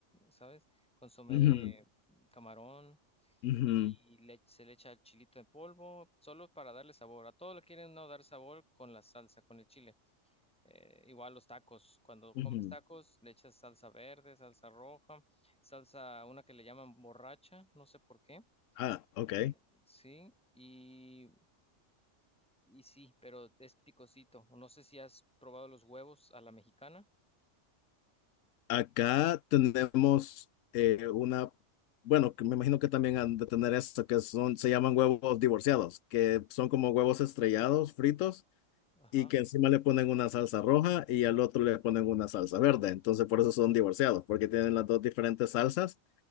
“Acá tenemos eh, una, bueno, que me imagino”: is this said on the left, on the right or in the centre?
Left